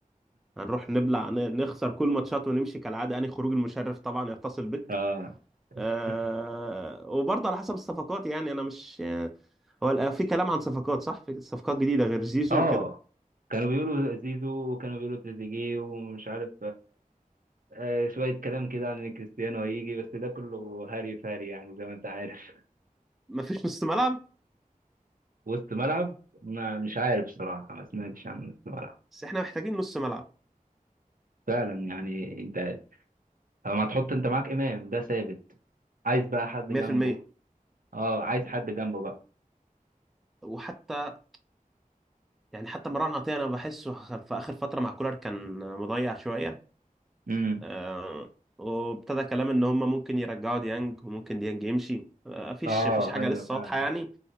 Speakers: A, in the centre; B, on the right (about 70°).
A: هنروح نبلع ن- نخسر كل ماتشات ونمشي كالعاده يعني خروج المشرف طبعا يتصل بك
B: اه <laughs>
A: أه... وبرضه على حسب الصفقات يعني انا مش هو ال- في كلام عن صفقات صح في صفقات جديده غير زيزو
B: اه
A: وكده
B: كانوا بيقولوا زيزو وكانوا بيقولوا تريزيجيه ومش عارف آه شويه كلام كده عن ان كريستيانو هيجي بس ده كله هري في هري يعني زي ما انت عارف <laughs>
A: مفيش نص ملعب
B: وسط ملعب ما مش عارف صراحه ما سمعتش عن وسط ملعب
A: بس احنا محتاجين نص ملعب
B: فعلا يعني انت لما تحط انت معاك امام ده ثابت عايز بقى حد
A: 100%
B: جنبه اه عايز حد جنبه بقى
A: وحتى يعني حتى مروان عطية انا بحسه خ- في اخر فترة مع كولر كان مضيع شوية
B: امم
A: آه، وابتدى كلام ان هم ممكن يرجعوا ديانج وممكن ديانج يمشي آه، مفيش
B: اه
A: مفيش حاجة
B: ايوه
A: لسه
B: فعلا
A: واضحة يعني